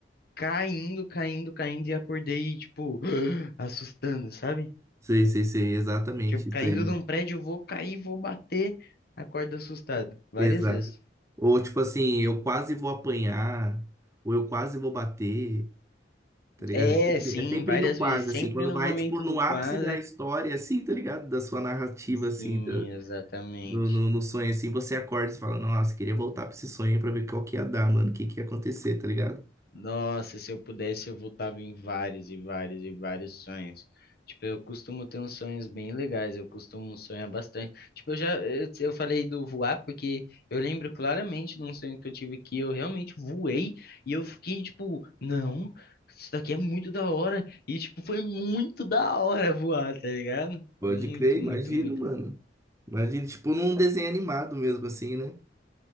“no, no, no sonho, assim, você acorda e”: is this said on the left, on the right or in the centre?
Right